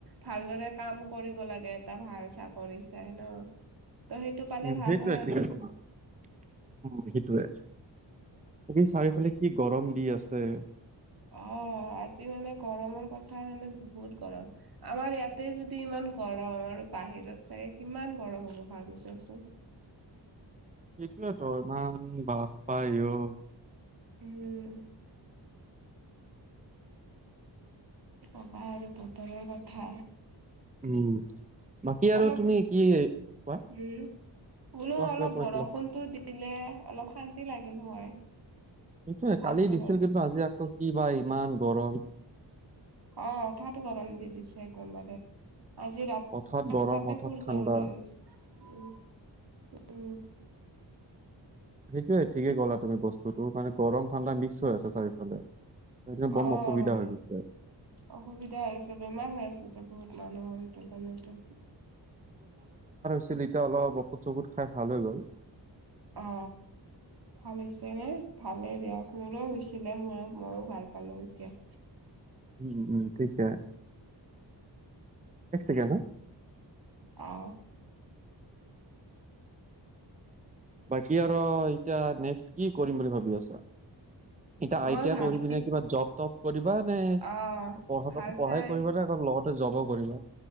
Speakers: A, on the right; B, on the right.
A: ভালদৰে কাম কৰিব লাগে এটা ভাল চাকৰি চাই ন ত' সেইটো পালে
B: উম
A: ভাল
B: সেইটোৱে
A: হয় আৰু
B: উম সেইটোৱে তুমি চাৰিওফালে কি গৰম দি আছে
A: অ আজি মানে গৰমৰ কথা মানে বহুত গৰম আমাৰ ইয়াতে যদি ইমান গৰম আৰু বাহিৰত চাগে কিমান গৰম হ'ব ভাবিছা চোন
B: সেইটোয়ে ত ইমান বাপপা অ
A: উম কি কবা আৰু বতৰৰ কথা
B: উম বাকী
A: অলপ
B: আৰু তুমি কি কোৱা
A: উম, বোলো
B: কোৱা
A: অলপ
B: কিবা কৈছিলা
A: বৰষুণটো দিলে অলপ শান্ তি লাগিল হয়।
B: সেইটোৱে,
A: ভাল
B: কালি
A: হ'ল
B: দিছিল
A: হয়
B: কিন্তু আজি আকৌ কি বা ইমান গৰম?
A: অ' হঠাৎ গৰম দি দিছে একদম বাৰে। আজি ৰা-
B: হঠাৎ
A: পাঁচটাতে
B: গৰম হঠাৎ
A: সূৰ্য
B: ঠাণ্ডা
A: উদয় হৈছে। উম, উম।
B: সেইটোৱে, ঠিকেই ক'লা তুমি বস্তুটো। মানে গৰম-ঠাণ্ডা মিক্স হৈ আছে চাৰিওফালে। সেইটো বম
A: অ'
B: অসুবিধা
A: হয়।
B: হৈ গৈছে
A: অসুবিধা হৈছে, বেমাৰ হৈ আছেতো বহুত। মানুহৰ ইটোৰ কাৰণেতো।
B: ছিল, এতিয়া অলপ অষুদ-চখুদ খাই ভাল হৈ গ'ল।
A: অ ভাল হৈছে নে ভালে বেয়া মোৰো হৈছিলে মোৰ ময়ো ভাল পালো এতিয়া
B: উম উম ঠিকে এক ছেকেণ্ড হা
A: অহ
B: বাকী আৰু এতিয়া নেক্স কি কৰিম বুলি ভাবি আছা এতিয়া
A: মই
B: আই টি
A: ভাবি
B: আই পঢ়ি পিনে কিবা জব তপ কিবা নে
A: অ',
B: পঢ
A: ভাল
B: পঢ়াই
A: চাই
B: কৰিবা নে লগতে জবো কৰিবা